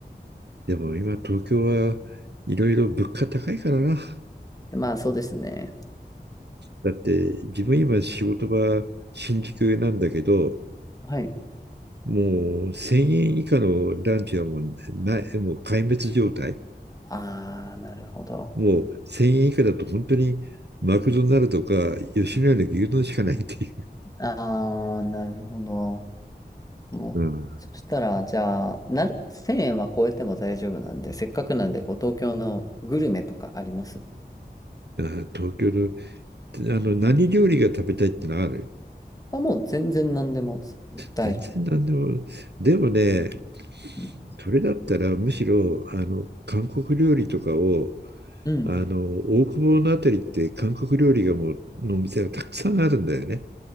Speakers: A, on the right; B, on the left.
A: でも今東京はいろいろ物価高いからな。
B: まあ、そうですね。
A: だって自分今仕事場新宿なんだけど、
B: はい。
A: もう1000円以下のランチはもうない、もう壊滅状態。
B: ああ、なるほど。
A: もう1000円以下だと本当にマクドナルドか吉野家の牛丼しかないっていう。
B: うん。ああ、なるほど。もう、
A: うん、
B: そしたら、じゃあ、なる、1000円は超えても大丈夫なんで、せっかくなんで、こう、東京のグルメとかあります
A: あー東京の、あの何料理が食べたいってのある
B: あ、もう全然何でも大丈夫。
A: 全然何でも。でもね、
B: うん。
A: それだったらむしろあの韓国料理とかを
B: うん。
A: あの大久保のあたりって韓国料理がもうのお店がたくさんあるんだよね。